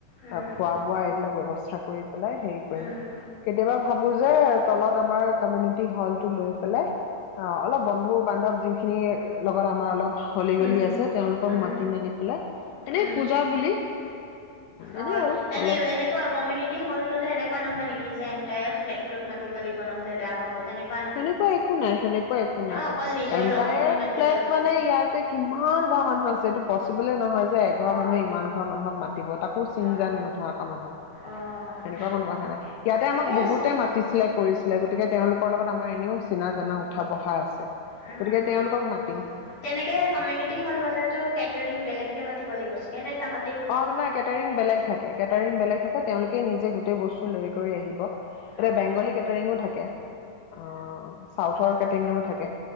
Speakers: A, on the left; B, on the left.
A: উম,
B: অ'খোৱা বোৱা এইবিলাক ব্যৱস্থা কৰি পেলাই হেৰি কৰিম
A: উম,
B: কেতিয়াবা ভাবোঁ যে তলত আমাৰ কমিউনিটি হলটো লৈ পেলাই অ'অলপ বন্ধু-বান্ধৱ যি খিনিৰ লগত আমাৰ অলপ হলি
A: উম,
B: গলি
A: উম,
B: আছে তেওঁলোকক
A: উম,
B: মাতি মেলি পেলাই। এনেই
A: উম,
B: পূজা বুলি।
A: অ'
B: এনেই আৰু
A: এনে
B: অলপ
A: এনে কমিউনিটি হল ললে নয় নেকি যে এনটাই ফ্লেটটোত মাতি লাগিব নহলে বেয়া পাব তেনেকে।
B: সেনেকুৱা একো নাই সেনেকুৱা একো নাই
A: অকল নিজৰ
B: এনটায়াৰ
A: লগৰখিনি মাতিলে
B: ফ্লেট
A: হ'ল
B: মানে ইয়াতে, কিমান ঘৰৰ মানুহ আছে এইটো পচিবলে নহয় যে এঘৰ
A: অ',
B: মানুহে ইমান ঘৰৰ মানুহক মাতিব তাকো চিনজান
A: অ',
B: নথকা মানুহ।
A: অ', অ',
B: সেনেকুৱা কোনো কথা নাই ইয়াতে
A: ঠিকে
B: আমাক বহুতে
A: আছে
B: মাতিছিলে কৰিছিলে গতিকে
A: উম।
B: তেওঁলোকৰ লগত। আমাৰ এনেও চিনা জানা উঠা বহা আছে গতিকে
A: উম,
B: তেওঁলোকক মাতিম।
A: তেনেকে কমিউনিটি
B: অ
A: হল ল'লেতো কেটাৰিং বেলেগকে মাতি লাগিব চাগৈ নে তাহাঁত।
B: অ' নাই কেটাৰিং বেলেগ থাকে কেটাৰিং বেলেগ থাকে তেওঁলোকে নিজে গোটেই বস্তু। লৈ কৰি আহিব এতিয়া
A: অ',
B: বেংগলী কেটাৰিঙো থাকে। অ' চাউথৰ কেটেৰিঙও থাকে